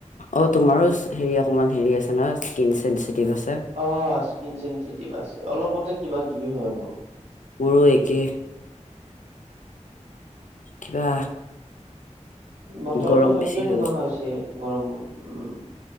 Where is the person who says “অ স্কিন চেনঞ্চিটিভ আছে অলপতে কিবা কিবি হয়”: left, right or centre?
Right